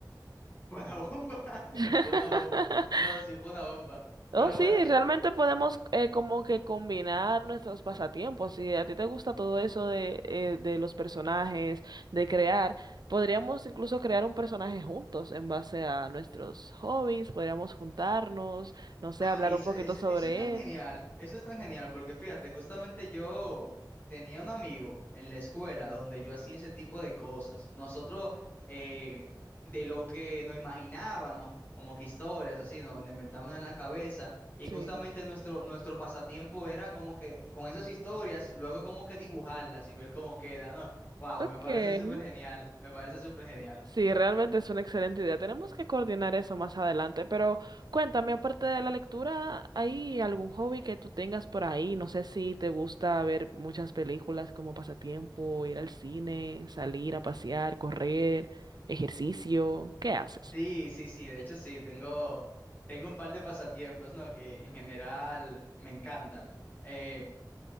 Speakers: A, on the left; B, on the right.
A: <laughs> fue una bomba, <laughs>
B: <laughs>
A: fue una bomba. No, sí, fue una bomba.
B: Oh,
A: Pero
B: sí,
A: bueno, mira.
B: realmente podemos eh, como que combinar nuestros pasatiempos. Si a ti te gusta todo eso de, eh, de los personajes, de crear, podríamos incluso crear un personaje juntos en base a nuestros hobbies, podríamos juntarnos, no sé,
A: Ay,
B: hablar
A: eso,
B: un poquito
A: eso,
B: sobre
A: eso es tan genial,
B: él.
A: eso es tan genial, porque fíjate, justamente yo tenía un amigo en la escuela donde yo hacía ese tipo de cosas. Nosotros, eh, de lo que nos imaginábamos, como que historias así, nos, nos inventábamos en la cabeza, y
B: Sí.
A: justamente nuestro, nuestro pasatiempo era como que con esas historias, luego como que dibujarlas y ver cómo queda, ¿no? Wow,
B: Ok.
A: me parece súper genial, me parece súper genial.
B: Sí, realmente es una excelente idea. Tenemos que coordinar eso más adelante, pero cuéntame, aparte de la lectura, ¿hay algún hobby que tú tengas por ahí? No sé si te gusta ver muchas películas como pasatiempo, ir al cine, salir a pasear, correr, ejercicio, ¿qué haces?
A: Sí, sí, sí, de hecho sí, tengo, tengo un par de pasatiempos, ¿no? Que en general me encantan. Eh,